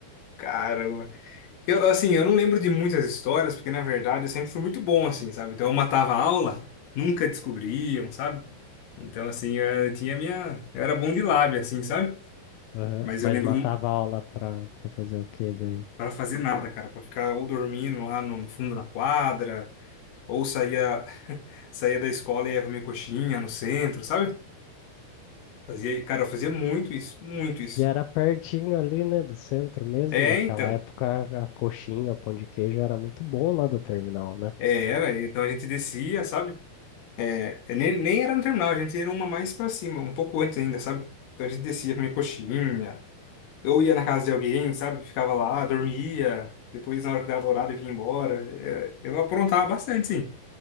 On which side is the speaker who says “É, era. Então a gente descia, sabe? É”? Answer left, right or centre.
Left